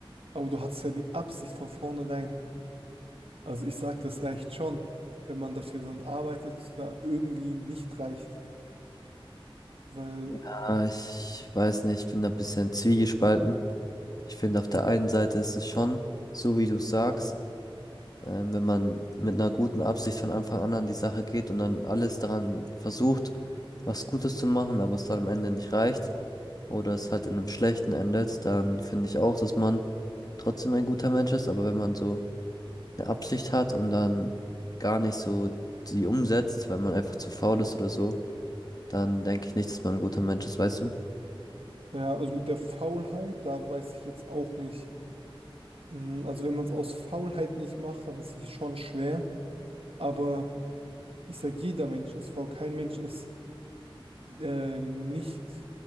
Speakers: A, on the right; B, on the left.
A: Aber du hattest ja die Absicht von vornherein. Also ich sag, das reicht schon, wenn man dafür dann arbeitet, es da irgendwie nicht reicht. Weil,
B: Ah, ich weiß nicht, ich bin da ein bisschen zwiegespalten. Ich finde, auf der einen Seite ist es schon, so wie du sagst, ähm, wenn man mit einer guten Absicht von Anfang an an die Sache geht und dann alles daran versucht, was Gutes zu machen, aber es dann am Ende nicht reicht oder es halt in einem schlechten endet, dann finde ich auch, dass man trotzdem ein guter Mensch ist. Aber wenn man so eine Absicht hat und dann gar nicht so sie umsetzt, weil man einfach zu faul ist oder so, dann denke ich nicht, dass man ein guter Mensch ist, weißt du?
A: ja, also mit der Faulheit, da weiß ich jetzt auch nicht. Mm, Also wenn man es aus Faulheit nicht macht, dann ist es schon schwer. Aber. Ich sage, jeder Mensch ist faul. Kein Mensch ist äh, nicht,